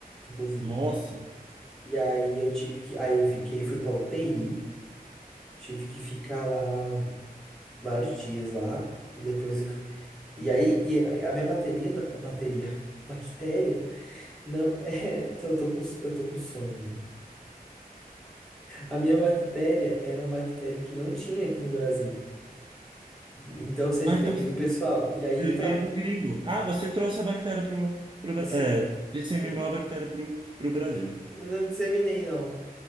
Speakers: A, in the centre; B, on the right.
A: inclusive.
B: Nossa.
A: E aí eu tive que. Aí eu fiquei, fui pra UTI, tive que ficar lá vários dias lá. E depois eu. E aí, e a a minha bateria, não- a bateria, bactéria, não, <laughs> é, eu tô com, eu tô com sono ainda. A minha bactéria era uma bactéria que não tinha aqui no Brasil. Então, ou seja,
B: Mas
A: eu peguei
B: então
A: do pessoal.
B: você
A: E aí tratou.
B: veio do gringo. Ah, você trouxe a bactéria pro, pro, Bra-
A: Se,
B: é, disseminou
A: e,
B: a bactéria pro, pro Brasil.
A: e não disseminei, não.